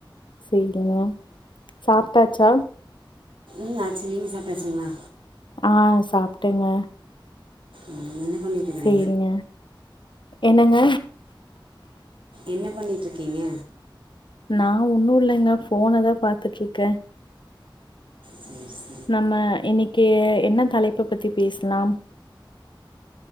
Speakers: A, on the left; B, on the right.
A: செய்ட சாப்டாச்சா
B: ம் ஆச்சி நீங்க சாப்டாச்சிங்ளா
A: ஆ சாப்டேங்க
B: உம் என்ன பண்ணிட்டுக்குறே
A: சேரிங்க என்னங்க
B: என்ன பண்ணீட்ருக்கிங்க
A: நா ஒன்னு இல்லைங்க ஃபோனதா பாத்துட்ருக்கே
B: சேர் சே
A: நம்ம இன்னைக்கி என்ன தலைப்ப பத்தி பேசலாம்